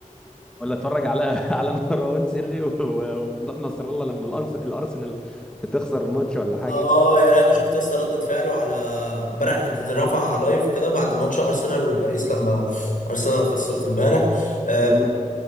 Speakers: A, in the centre; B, on the left (about 65°).
A: ولا اتفرج على <laughs> على مروان سري و- و- وممدوح نصر الله لما الأنس- الارسنال بتخسر الماتش ولا حاجه
B: اه يا لا شفت يا اسطى ردة فعله على امبارح رفع لايف كده بعد ماتش ارسنال وباريس لما ارسنال خسرت امبارح أم،
A: بيقول لك